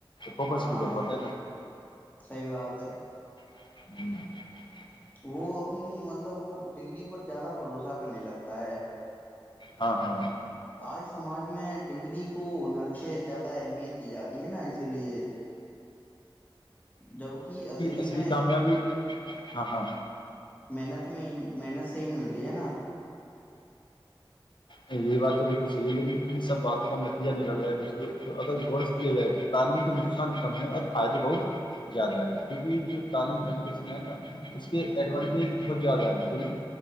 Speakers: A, on the left; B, on the left.
A: وہ فوکس
B: ہاں
A: بھی کر پاتا ہے
B: صحیح بات ہے
A: <inaudible>
B: وہ اپنی مطلب وہ ڈگری پر زیادہ بھروسہ کرنے لگتا ہے
A: ہاں ہاں
B: اج سماج میں ڈگری <inaudible> زیادہ اہمیت دی جاتی ہے نا کے لیے جبک
A: اصلی
B: میں
A: کامیابی ہاں ہاں
B: محنت میں ہی محنت سے ملتی ہے نا
A: یہ باتیں بالکل صحیح ہے لیکن ان سب باتوں کا نتیجہ نکل گیا دوستو تو اگر گورس کیا جائے تو تالوی کے نقصان کم ہے اور فائدے بہت زیادہ ہے کیونکہ یہ جو تعلیم ایجوکیشن ہے نا اس کے ایڈوانٹیج بہت زیادہ ہیں لیکن